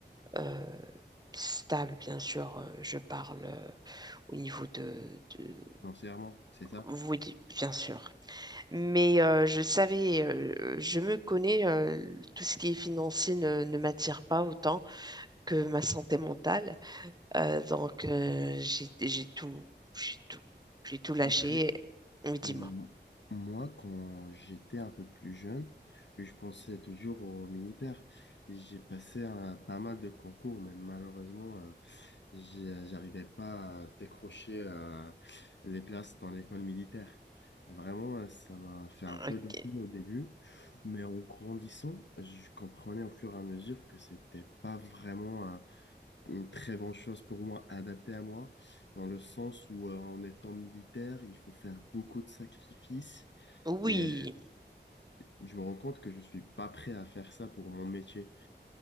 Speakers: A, on the right; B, on the left.
A: euh, stable, bien sûr. euh, Je parle euh, au niveau de, de-
B: financièrement, c'est ça?
A: Oui, bien sûr. Mais euh, je savais, euh, je me connais, euh, tout ce qui est financier ne, ne m'attire pas autant que ma santé mentale. Euh, donc, euh, j'ai, j'ai tout, j'ai tout, j'ai tout lâché.
B: Après,
A: Mais dis-moi.
B: M- Moi, quand j'étais un peu plus jeune, je pensais toujours aux militaires. J'ai passé un- pas mal de concours, mais malheureusement, euh, j'ai- j'arrivais pas à décrocher euh, les places dans l'école militaire. Vraiment, euh, ça m'a fait un peu
A: ok.
B: de la peine au début, mais en grandissant, je comprenais au fur et à mesure que c'était pas vraiment euh, une très bonne chose pour moi, adaptée à moi, dans le sens où euh, en étant militaire, il faut faire beaucoup de sacrifices
A: Oui,
B: et euh, je me rends compte que je suis pas prêt à faire ça pour mon métier.